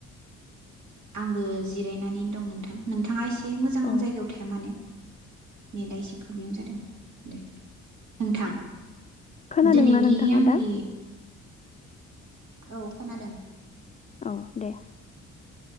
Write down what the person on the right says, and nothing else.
आंबो जिरायनानै दं नोंथां नोंथाङा एसे मोजां
जायगायाव थाया मानो। नेटआ एसे प्रब्लेम जादों दे नोंथां।
दिनैनि
आंनि
औ खोनादों।